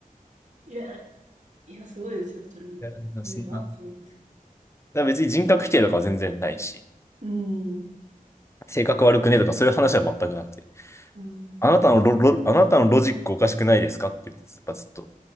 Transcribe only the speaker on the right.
いや、いや、すごいですよ、それも。
それがすごいんですよ。
うん。
うん。